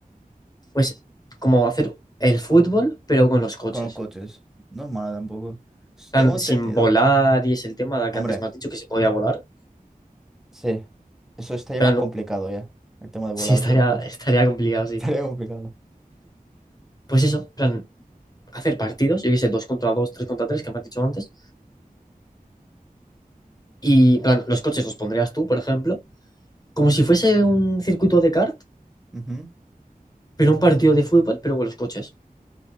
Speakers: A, on the left; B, in the centre.
A: pues, como hacer el fútbol, pero con los coches,
B: con los coches. No es mala tampoco. S-
A: plan,
B: Tengo entendido.
A: sin volar, y es el tema
B: Hombre,
A: que antes me has dicho que se podía volar,
B: sí. Eso estaría
A: plan,
B: más complicado ya. El tema de volar
A: sí, estaría,
B: con los coches.
A: estaría complicado,
B: <laughs>
A: sí.
B: Estaría complicado.
A: Pues eso, plan, hacer partidos, yo qué sé, dos contra dos, tres contra tres, que me has dicho antes, y, plan, los coches los pondrías tú, por ejemplo, como si fuese un circuito de kart,
B: Ujú,
A: pero un partido de fútbol, pero con los coches.